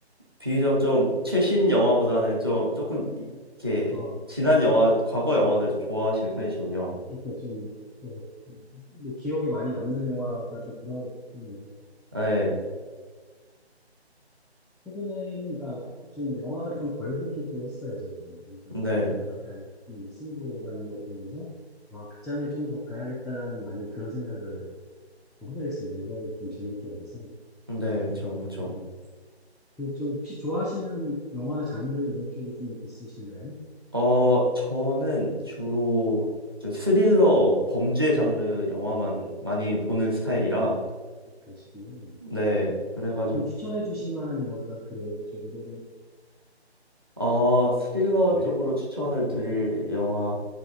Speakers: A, on the right; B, in the centre.
A: 비교적 좀 최신 영화보다는 좀 조금 이- 이렇게
B: 어,
A: 지난 영화, 과거 영화들 좀 좋아하시는 편이시군요.
B: 그러니까 좀 어, 뭐 기억에 많이 남는 영화가 좀 그런 네요.
A: 네,
B: 최근에는 그러니까 좀 영화를 좀 덜 보기도 했어요, 저는. 그러니까
A: 네,
B: 덜 보다가 이 승부라는 거 보면서 아, 극장을 좀 더 가야겠다라는 많이 그런 생각을 하게 됐습니다. 이번에 좀 재밌게 봐서.
A: 네, 저, 그렇죠.
B: 네. 그좀 혹시 좋아하시는 영화나 장르 이런 쪽이 좀 있으신가요?
A: 어, 저는 주로 좀 스릴러 범죄 장르 영화만 많이 보는 스타일이라
B: 그러시고
A: 네, 그래가지고
B: 어, 그럼 추천해 주실 만한 영화가 그런 쪽으로 좀
A: 어 스릴러
B: 네.
A: 쪽으로 추천을 드릴
B: 음,
A: 영화